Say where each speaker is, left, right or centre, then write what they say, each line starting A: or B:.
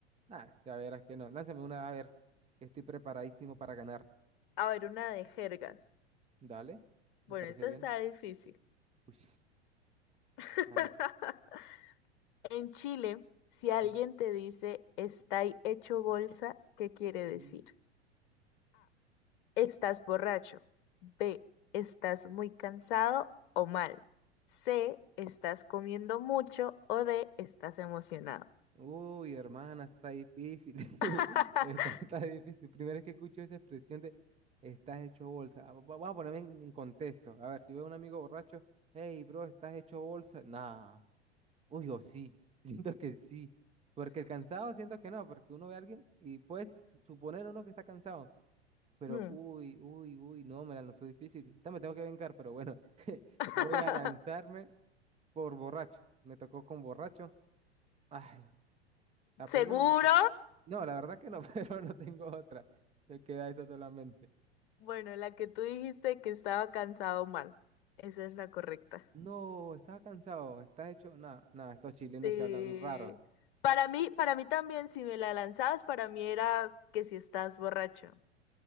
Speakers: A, on the right; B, on the left.
A: Nah, ya verás que no. Lánzame una, a ver. que Estoy preparadísimo para ganar.
B: A ver, una de jergas.
A: Dale. ¿Me
B: Bueno,
A: parece
B: esta
A: bien?
B: está difícil.
A: Uy,
B: <laughs>
A: a ver.
B: En Chile, si alguien
A: ah,
B: te dice está hecho bolsa, ¿qué quiere decir?
A: tú.
B: Estás borracho. B. Estás muy cansado o mal. C. Estás comiendo mucho o D. Estás emocionado.
A: Uy, hermana, esta está difícil. <laughs>
B: <laughs>
A: Esta está difícil. Primera vez que escucho esa expresión de estás hecho bolsa. Ah, va- Vamos a ponerme en, en contexto. A ver, si veo a un amigo borracho, hey, bro, estás hecho bolsa. Nah. Uy, o sí, <laughs> siento que sí. Porque el cansado siento que no, porque uno ve a alguien y puedes su- suponer uno que está cansado. Pero
B: Hmm.
A: uy, uy, uy, no, me la lanzó difícil. Esta me tengo que vengar, pero bueno, <laughs>
B: <laughs>
A: voy a lanzarme por borracho. Me tocó con borracho. Ay, ¿la
B: ¿Seguro?
A: pegué o no la pegué? No, la verdad que no, <laughs> pero no tengo otra. Me queda esa solamente.
B: Bueno, la que tú dijiste que estaba cansado o mal. Esa es la correcta.
A: No, estaba cansado, estás hecho. Nada, nada, estos chilenos
B: Sí.
A: se hablan raros.
B: Para mí, para mí también, si me la lanzabas, para mí era que si estás borracho.